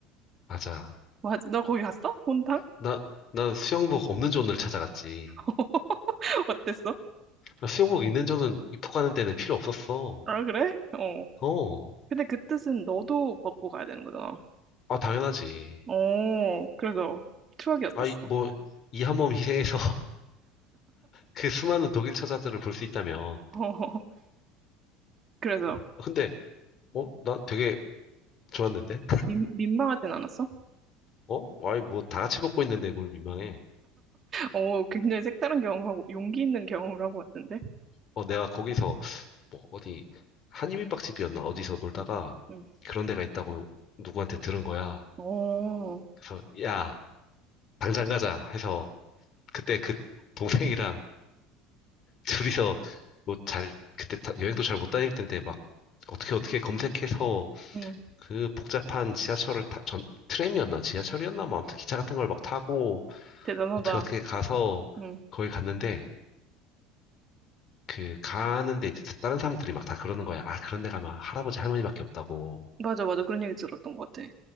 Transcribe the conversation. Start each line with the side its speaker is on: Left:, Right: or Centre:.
Left: 맞아.
Right: 맞아. 너 거기 갔어? 혼탕?
Left: 나, 나 수영복 없는 존을 찾아갔지.
Right: <laughs> 어땠어?
Left: 아, 수영복 있는 존은 입국하는 데는 필요 없었어.
Right: 아, 그래? 어.
Left: 어,
Right: 근데 그 뜻은 너도 먹고 가야 되는 거잖아.
Left: 아, 당연하지.
Right: 어, 그래서 추억이 어땠어?
Left: 아, 이, 뭐,
Right: 어,
Left: 이 한몸 희생해서 <laughs> 그 수많은 독일 처자들을 볼 수 있다면.
Right: <laughs> 그래서
Left: 아, 근데, 어, 나 되게 좋았는데?
Right: 민, 민망하진 않았어?
Left: 어, 아이, 뭐, 다 같이 먹고 있는데 뭘 민망해.
Right: 어, 굉장히 색다른 경험하고 용기 있는 경험을 하고 왔는데.
Left: 어, 내가 거기서, 뭐, 어디, 한인민박집이었나? 어디서 놀다가
Right: 응.
Left: 그런 데가 있다고 누구한테 들은 거야.
Right: 어, 어,
Left: 그래서, 야, 당장 가자 해서 그때 그 동생이랑 둘이서 뭐 잘, 그때 다- 여행도 잘 못 다닐 텐데 막 어떻게 어떻게 검색해서
Right: 응.
Left: 그 복잡한 지하철을 타, 전, 트램이었나 지하철이었나 뭐 아무튼 기차 같은 걸 막 타고
Right: 대단하다.
Left: 어떻게 어떻게 가서
Right: 응.
Left: 거기 갔는데 그 가는데 이제 다른 사람들이 막 다 그러는 거야. 아, 그런 데 가면 할아버지 할머니밖에 없다고.
Right: 맞아, 맞아. 그런 얘기 들었던 것 같아.